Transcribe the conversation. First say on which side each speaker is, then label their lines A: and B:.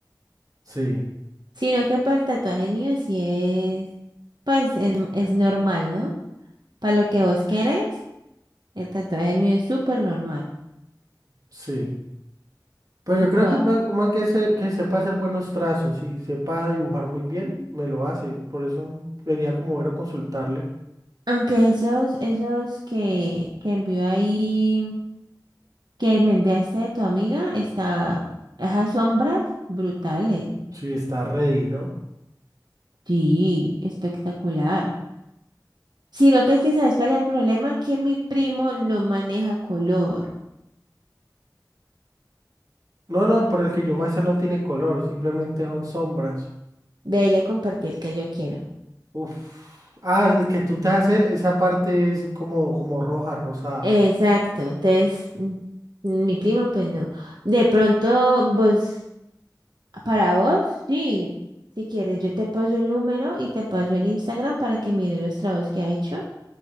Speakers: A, on the right; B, on the right.
A: Sí,
B: Sino es que pues el tatuaje mío sí es, pues es, es normal, ¿no? Para lo que vos querés, el tatuaje mío es súper normal.
A: sí. Pero yo creo
B: Todo-
A: que un man, un man que, se, que sepa hacer buenos trazos y sepa dibujar muy bien, me lo hace. Por eso sería como bueno consultarle.
B: Aunque esos, esos que, que envió ahí, que me enviaste de tu amiga, está, esas sombras brutales.
A: si está ready, ¿no?
B: Sí, espectacular. Sino que es que, ¿sabes cuál es el problema? Que mi primo no maneja color.
A: No, no, pero el que yo me hacer no tiene color, simplemente son sombras.
B: De ahí le compartí el que yo quiero.
A: Uf. Ah, el que tú te vas a hacer, esa parte es como, como roja, rosada.
B: Exacto, entonces mm, mi primo pues no. De pronto vos, para vos, sí, si quieres yo te paso el número y te paso el Instagram para que mires los trabajos que ha hecho